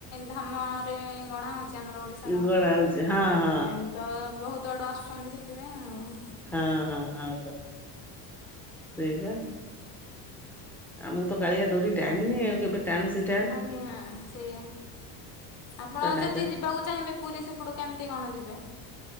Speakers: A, on the left; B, in the centre.
A: ଧାମରେ ଗଣା ହଉଛି। ଏ ଆମର ଓଡିଶାର
B: ଗଣା ହଉଛି ହଁ ହଁ।
A: ଏନ୍ତି ତ ବୋହୁତ ଆଡୁ ଆସୁଛନ୍ତି ସେଥିପାଇଁ ଆଉ।
B: ହଁ ହଁ ଆ ବ ସେଇବା। ଆମୁକୁ ତ କାଳିଆ ଡୋରି ଟାଣିନି ଆଉ କେବେ ଟାଣୁ ସେ
A: ଆଜ୍ଞା ସେଇଆ ଆପଣ
B: ତା ଡାକ
A: ଯେତେ ଯିବାକୁ ଚାହିଁବେ ପୁରୀ ସେପୁଟୁ କେମତି କଣ ଯିବେ?